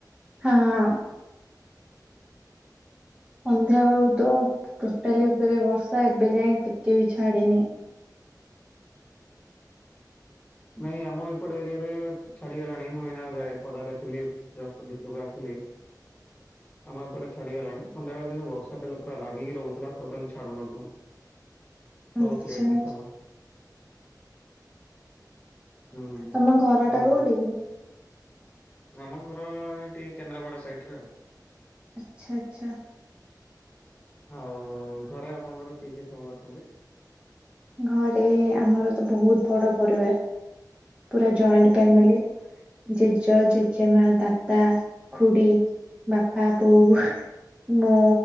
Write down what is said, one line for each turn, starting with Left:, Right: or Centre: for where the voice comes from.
Right: ହଁ। ସନ୍ଧ୍ୟା ବେଳୁ ତ ଟୋଟାଲି ଉପରେ ବର୍ଷା ଏବେ ଯାଇଏ ଟିକେ ବି ଛାଡିନି।
Left: ନାଇଁ ଆମ ଏପଟ ଏରିଆରେ ଛାଡିଗଲାଣି ମୁଁ ଏଇନା ଯାଏ ପଦାରେ ଥିଲି ଦଶ ଭିତରକୁ ଆସିଲି। ଆମ ଏପଟେ ଛାଡିଗଲାଣି ସନ୍ଧ୍ୟାବେଳ କିନ୍ତୁ ବର୍ଷା ହେଲା ପୁରା ଲଗାଗିକି ରହୁଥିଲା ଟୋଟାଲି ଛାଡୁନଥିଲା।
Right: ଆଚ୍ଛା
Left: ବହୁତ ଲେଟରେ
Right: ଆଚ୍ଛା।
Left: ଛାଡିଲା। ହୁଁ
Right: ତମ ଘର ଟା
Left: ଆଉ
Right: କୋଉଠି କି?
Left: ଆମ ଘର ଏଇଠି କେନ୍ଦ୍ରାପଡ଼ା ସାଇଡ ରେ ଆଉ।
Right: ଆଚ୍ଛା ଆଚ୍ଛା।
Left: ଆଉ ଘରେ ଆପଣଙ୍କର କିଏ କିଏ ସବୁ ଅଛନ୍ତି?
Right: ଘରେ ଆମର ତ ବହୁତ ବଡ ପରିବାର। ପୁରା ଜାଇଣ୍ଟ ଫ୍ୟାମିଲି। ଜେଜ ଜେଜେମା ଦାଦା ଖୁଡି ବାପା ବୋଉ। ମୋ